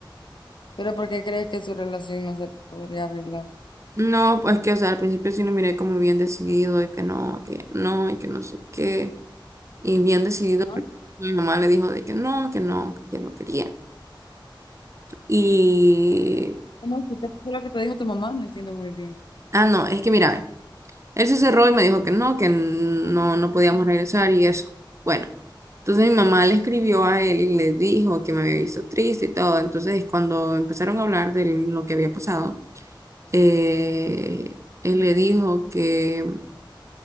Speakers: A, on the left (about 65°); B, on the right (about 35°).
A: Pero ¿por qué crees que su relación no se podría arreglar?
B: No, pues que, o sea, al principio sí lo miré como bien decidido de que no, que no, y que no sé qué. Y bien decidido,
A: Ah,
B: porque mi mamá le dijo de que no, que no, que no quería. Y,
A: No, ¿qué te- lo que te dijo tu mamá? No entiendo muy bien.
B: ah, no, es que mira, ve, él se cerró y me dijo que no, que no, no podíamos regresar y eso. Bueno, entonces mi mamá le escribió a él y le dijo que me había visto triste y todo. Entonces, cuando empezaron a hablar de lo que había pasado, eh, él le dijo que,